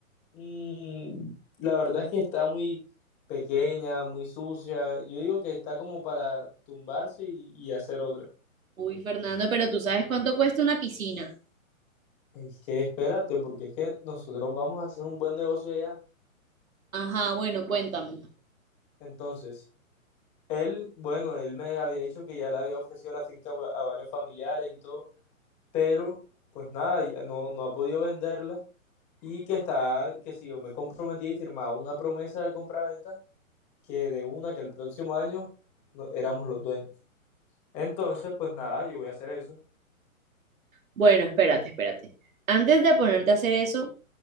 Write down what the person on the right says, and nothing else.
Uy, Fernando, pero tú sabes cuánto cuesta una piscina.
Ajá, bueno, cuéntame.
Bueno, espérate, espérate. Antes de ponerte a hacer eso,